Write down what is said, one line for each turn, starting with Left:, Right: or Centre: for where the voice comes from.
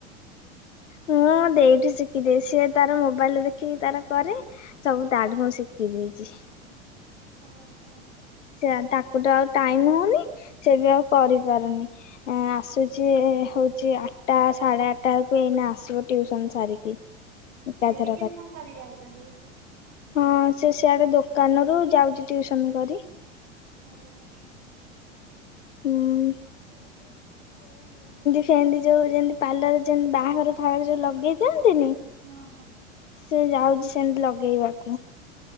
Left: ମୁଁ ଦେଇଠି ଶିଖିଦିଏ ସିଏ ତାର ମୋବାଇଲ ଦେଖିକି ତାର। କରେ ସବୁ
Right: ହୁଁ
Left: ତାଠୁ ମୁ ଶିଖି ଦେଇଛି।
Right: ଓ ହୋ।
Left: ସେ ତାକୁ ତ ଆଉ ଟାଇମ୍ ହଉନି ସେ ବି ଆଉ କରିପାରୁନି ଆସୁଛି। ହଉଛି ଆଠଟା ସାଢ଼େ ଆଠଟା ବେଳକୁ ଏଇନେ ଆସିବ ଟିଉସନ ସାରିକି। ଏକାଥରକରେ
Right: ହେବିକି ଫମ କରି ଯାଉଛନ୍ତି।
Left: ହଁ ସେ ସିଆଡ଼େ ଦୋକାନରୁୁ ଯାଉଛି ଟିଉସନ କରି।
Right: ହଁ।
Left: ହୁଁ ସେମିତି ଯୋଉ ଯେମିତି ପାର୍ଲରରେ ଯେମିତି ବାଘର ଫାର ଯୋଉ ଲଗେଇଥାଆନ୍ତି ନି। ଥାଆନ୍ତି ନି
Right: ହଁ
Left: ସେ ଯାଉଛି ସେମିତି ଲଗେଇବାକୁ।